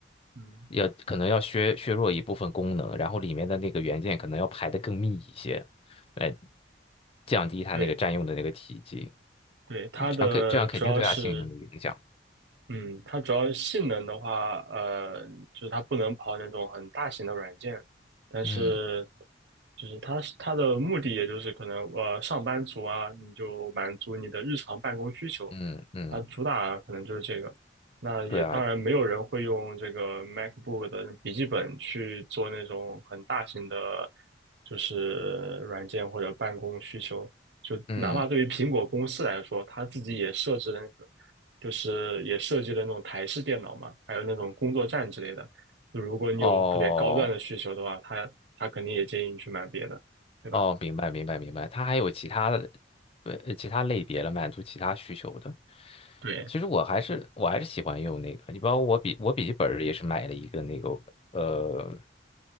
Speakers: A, on the right (about 70°); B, on the left (about 30°).
A: 嗯。
B: 要可能要削削弱一部分功能，然后里面的那个元件可能要排的更密一些，来降低它那个占用的那个体积，
A: 对对，它的主要是
B: 嗯这样肯这样肯定对它性能有影响。
A: 嗯，它主要性能的话，呃，就是它不能跑那种很大型的软件，但是
B: 嗯
A: 就是它是它的目的，也就是可能呃上班族啊，你就满足你的日常办公需求，
B: 嗯嗯，
A: 它主打可能就是这个。那也当然没有人会用这个
B: 对啊，
A: MacBook 的笔记本去做那种很大型的，就是软件或者办公需求。就哪怕对于苹果公司来说，
B: 嗯
A: 它自己也设置了。就是也设计了那种台式电脑嘛，还有那种工作站之类的。就如果你有特别高端的需求的话，
B: 哦。
A: 他他肯定也建议你去买别的，对吧？
B: 哦，明白明白明白，它还有其他的，呃，其他类别了，满足其他需求的。
A: 对，
B: 其实我还是我还是喜欢用那个，你包括我笔我笔记本儿也是买了一个那个呃